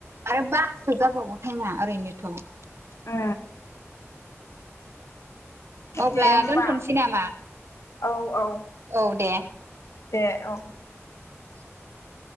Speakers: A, on the right (about 60°); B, on the left (about 70°).
A: आरो बारा सो जाबावगौ टाइमा ओरैनोथ'
B: ओ
A: अब्ला
B: दे होमबा
A: दोनथ'नोसै नामा
B: औ-औ
A: औ दे
B: दे औ
A: <inaudible>